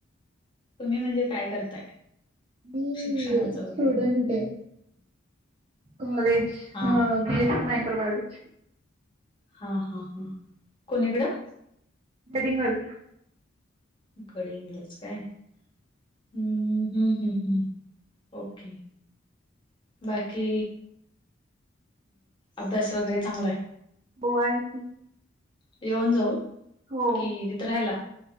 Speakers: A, on the left; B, on the right.
A: तुम्ही म्हणजे काय करताय?
B: मी
A: शिक्षणाचं
B: स्टूडंट
A: वगैरे
B: आहे कॉलेज
A: हा
B: ह
A: हा
B: बी एस सी मायक्रोकॉलेज
A: हा हा हा कुणीकडं
B: गडहिंग्लजच्या
A: गडहिंग्लज काय हम्म हम्म हम् हम् ओके बाकी अभ्यास वगैरे चांगला आहे.
B: बो आहे की
A: येऊन जाऊन
B: हो
A: कि तिथं राहिला